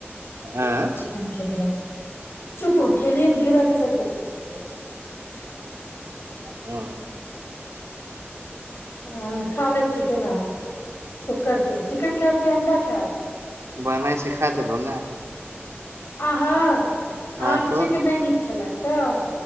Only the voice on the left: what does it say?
चिकन खेलियै चुपू खेलियनि घिरा क सब्जी आ चिकेन खाइ छी
ह खा लेब चिकन आहाँ शुकर के चिकेन खैब कि अंडा खैब
आहँ अहाँके
चिकेन
नहि नीक छलै तऽ